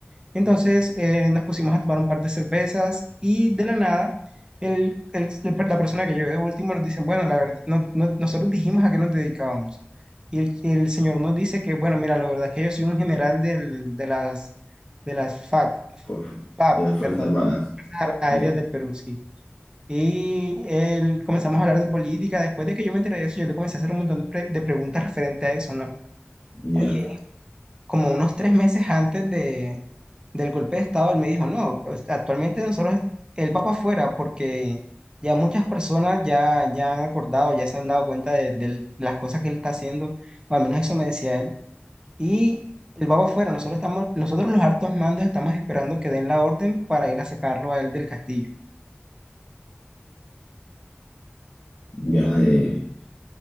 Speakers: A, on the right; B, on the left.
A: Entonces eh, nos pusimos a tomar un par de cervezas y de la nada el- el- el per- la persona que llegó de último nos dice, bueno, la verdad, no- no- nosotros dijimos a qué nos dedicábamos. Y el, el señor nos dice que, bueno, mira, la verdad es que yo soy un general del- de las, de las FAC,
B: Fu- fu-
A: FAP,
B: de las Fuerzas
A: perdón,
B: Armadas.
A: Fuerzas Aéreas
B: Ya,
A: del Perú, sí. Y él, comenzamos a hablar de política. Después de que yo me enteré de eso, yo le comencé a hacer un montón de, pre- de preguntas referente a eso, ¿no?
B: ya,
A: Y él, como unos tres meses antes de, del golpe de Estado, él me dijo, no, pues, actualmente nosotros, él va para afuera porque ya muchas personas ya, ya han acordado, ya se han dado cuenta de, de las cosas que él está haciendo, o al menos eso me decía él, y él va para afuera, nosotros estamos, nosotros los altos mandos estamos esperando que den la orden para ir a sacarlo a él del castillo.
B: ya. eh.